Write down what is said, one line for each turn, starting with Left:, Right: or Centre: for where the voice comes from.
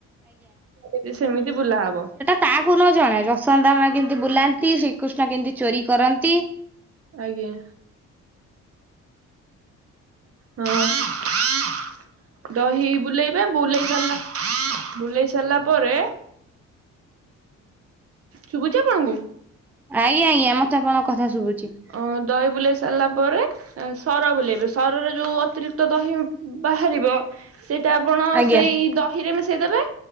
Right: ସେ ସେମିତି ବୁଲା ହବ।
Centre: ତାକୁ ନ ଜଣା ଯଶୋଦା ମା କେମିତି ବୁଲାନ୍ତି ଶ୍ରୀକୃଷ୍ଣ କେମିତି ଚୋରି କରନ୍ତି।
Right: ଆଜ୍ଞା। ହଁ। ଦହି ବୁଲେଇବେ ବୁଲେଇ ସାରିଲା ବୁଲେଇ ସାରିଲା ପରେ ଶୁଭୁଛି ଆପଣଙ୍କୁ?
Centre: ଆଜ୍ଞା ଆଜ୍ଞା ମତେ ଆପଣଙ୍କ କଥା ଶୁଭୁଛି।
Right: ଓ ଦହି ବୁଲେଇ ସାରିଲା ପରେ ସର ବୁଲେଇବେ ସରରେ ଯୋଉ ଅତିରିକ୍ତ ଦହି ବାହାରିବ। ସେଇଟା ଆପଣ
Centre: ଆଜ୍ଞା
Right: ସେଇ ଦହିରେ ମିଶେଇଦେବେ